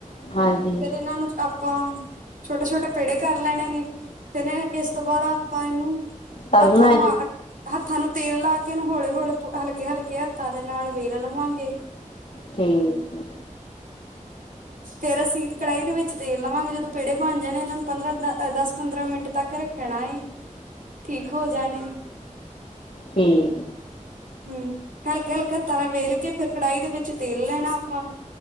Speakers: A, on the left; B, on the right.
A: ਹਾਂਜੀ
B: ਫਿਰ ਇਹਨਾਂ ਨੂੰ ਆਪਾਂ, ਛੋਟੇ-ਛੋਟੇ ਪੇੜੇ ਕਰ ਲੈਣੇ ਨੇ, ਫਿਨ ਇਸ ਤੋਂ ਬਾਅਦ ਆਪਾਂ ਇਹਨੂੰ
A: ਤਲਣਾ
B: ਹੱਥਾਂ ਨੂੰ,
A: ਜੀ
B: ਆ ਹੱਥਾਂ ਨੂੰ, ਤੇਲ ਲਾ ਕੇ ਉਹਨੂੰ ਹੌਲੀ-ਹੌਲੀਹਲਕੇ ਹਲਕੇ ਹੱਥਾਂ ਦੇ ਨਾਲ ਵੇਰ ਲਵਾਂਗੇ?
A: ਠੀਕ ਹੈ?
B: ਫਿਰ ਅਸੀਂ ਕੜਾਹੀ ਦੇ ਵਿੱਚ ਤੇਲ ਲਵਾਂਗੇ, ਜਦੋਂ ਪੇੜੇ ਬਣ ਜਾਣੇ ਇਹਨਾਂ ਨੂੰ? ਪੰਦਰਾਂ ਦਸ ਪੰਦਰਾਂ ਮਿੰਟ ਤੱਕ ਰੱਖਣਾ ਐ। ਠੀਕ ਹੋ ਜਾਣਗੇ।
A: ਠੀਕ!
B: ਹੂੰ ਹਲਕੇ-ਹਲਕੇ ਹੱਥਾਂ ਨਾਲ ਵੇਲ ਕੇ, ਫਿਰ ਕੜਾਹੀ ਦੇ ਵਿੱਚ ਤੇਲ ਲੈਣਾ ਆਪਾਂ।